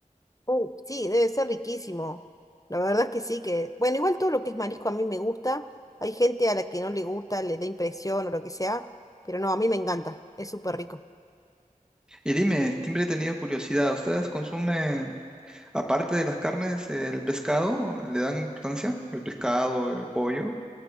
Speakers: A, on the left (about 25°); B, in the centre.
A: Uh, sí, debe ser riquísimo. La verdad es que sí, que... Bueno, igual todo lo que es marisco a mí me gusta. Hay gente a la que no le gusta, le da impresión o lo que sea, pero no, a mí me encanta, es súper rico.
B: Y dime, siempre he tenido curiosidad, ¿ustedes consumen, aparte de las carnes, el pescado? ¿Le dan importancia? ¿El pescado, el pollo?